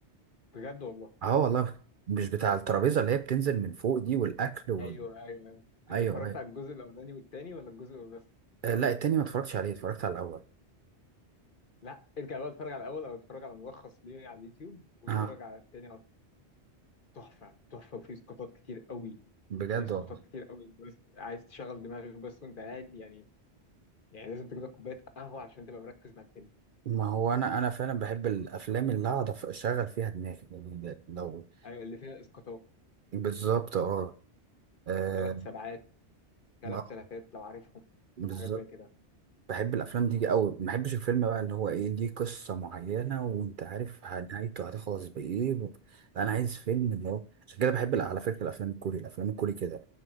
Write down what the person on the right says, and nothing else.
اه والله مش بتاع الترابيزه اللي هي بتنزل من فوق دي والاكل وال...
ايوه
ايوه
آه لا التاني ما اتفرجتش عليه اتفرجت على الاول
اه
بجد
والله
ما هو انا انا فعلا بحب الافلام اللي اقعد أف- اشغل فيها دماغي يعني ده- لو
بالظبط اه آه،
ما-
بالظبط
بحب الافلام دي قوي ما بحبش الفيلم بقى اللي هو ايه ليه قصه معينه وانت عارف ه- نهايته هتخلص بايه و... لا، انا عايز فيلم اللي هو عشان كده بحب ال- على فكره الافلام الكوري الافلام الكوري كده